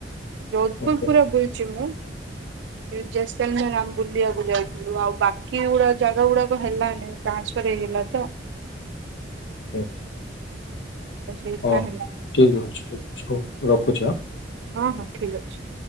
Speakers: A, on the right; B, on the left.
A: ଯୋଧପୁର
B: ହଁ
A: ପୁରା ବୁଲଛି ମୁଁ। ଜେସେଲ ମେରାମ ବୁଲିବାକୁ ଯାଇଥିଲୁ ଆଉ ବାକି ଗୁଡା ଜାଗା ଗୁଡାକ ହେଲାନି। ଟ୍ରାନ୍ସଫର୍ ହେଇଗଲା ତ।
B: ହୁଁ।
A: ସେଇଥିପାଇଁ
B: ହଁ ହଁ
A: ହେଲା
B: ଠିକ୍ ଅଛି ଠିକ୍ ଅଛି ହଉ ରଖୁଛି ଆଁ।
A: ହଁ ହଁ ଠିକ୍ ଅଛି।